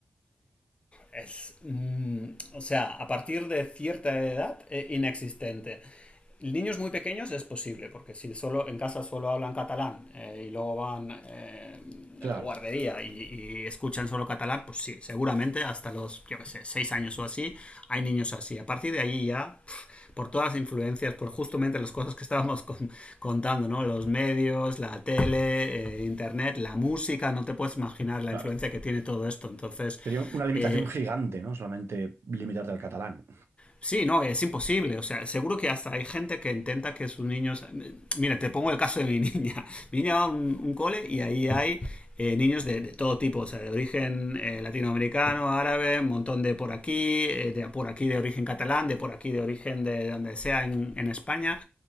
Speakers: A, on the left (about 30°); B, on the right (about 75°).
A: es, mm, o sea, a partir de cierta edad, eh, inexistente. Niños muy pequeños es posible, porque si solo en casa solo hablan catalán eh, y luego van eh,
B: Claro,
A: a la guardería y, y, escuchan solo catalán, pues sí, seguramente hasta los, yo qué sé, seis años o así, hay niños así. A partir de ahí ya, pff, por todas las influencias, por justamente las cosas que estábamos con, contando, ¿no? Los medios, la tele, eh, internet, la música, no te puedes imaginar la
B: claro.
A: influencia que tiene todo esto. Entonces,
B: Sería una limitación
A: eh,
B: gigante, ¿no? Solamente limitarte al catalán.
A: Sí, no, es imposible. O sea, seguro que hasta hay gente que intenta que sus niños. Mira, te pongo el caso de mi <laughs> niña. Mi niña va a un, un cole y ahí hay eh, niños de, de, todo tipo, o sea, de origen eh, latinoamericano, árabe, un montón de por aquí, eh, de por aquí de origen catalán, de por aquí de origen de donde sea en, en España